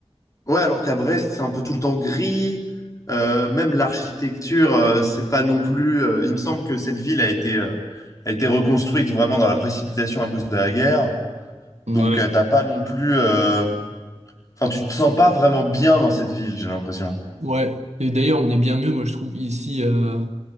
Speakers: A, on the left; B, on the right.
A: ouais, alors qu'à Brest, c'est un peu tout le temps gris. Euh, même l'architecture, euh, c'est pas non plus. euh, il me semble que cette ville a été euh, a été reconstruite vraiment dans la précipitation à cause de la guerre.
B: Ouais.
A: Donc euh, t'as pas non plus. euh, Enfin, tu te sens pas vraiment bien dans cette ville, j'ai l'impression.
B: Ouais, et d'ailleurs on est bien mieux, moi je trouve, ici, euh,